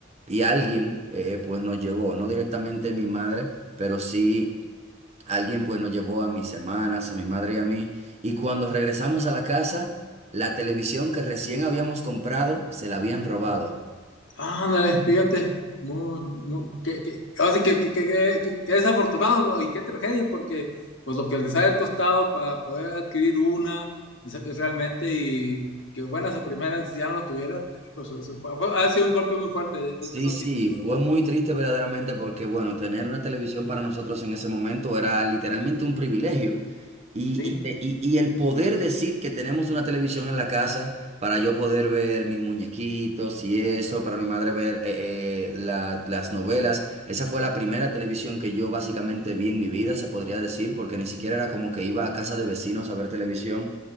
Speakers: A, on the right; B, on the left.
A: y alguien eh, eh, pues nos llevó, no directamente mi madre, pero sí alguien pues nos llevó a mis hermanas, a mi madre y a mí. Y cuando regresamos a la casa, la televisión que recién habíamos comprado se la habían robado.
B: Ándale, fíjate. Muy, muy, que, que, ahora sí que, que, que, que- que que desafortunado ¿no? y qué tragedia, porque pues lo que les ha costado para poder adquirir una, esa que es realmente, y que buenas a primeras ya no lo tuvieran, hijo, eso fue, fue- ha sido un golpe muy fuerte
A: Sí,
B: e- esa
A: sí,
B: situación.
A: fue muy triste verdaderamente porque, bueno, tener una televisión para nosotros en ese momento era literalmente un privilegio. Y,
B: Sí,
A: y, y- y el poder decir que tenemos una televisión en la casa para yo poder ver mis muñequitos y eso, para mi madre ver eh, eh, la- las novelas. Esa fue la primera televisión que yo básicamente vi en mi vida, se podría decir, porque ni siquiera era como que iba a casa de vecinos a ver televisión.